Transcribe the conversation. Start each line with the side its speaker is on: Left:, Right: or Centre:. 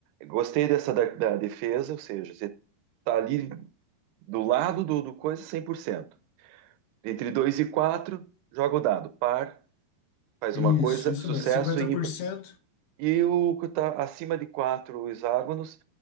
Right: Gostei dessa da, da defesa, ou seja, você tá ali do lado do, do coisa cem por cento Entre 2 e 4 joga o dado. Par, faz
Left: Isso,
Right: uma coisa,
Left: isso
Right: sucesso
Left: mesmo. cinquenta
Right: e
Left: por
Right: ímpar.
Left: cento
Right: E o que está acima de 4 hexágonos,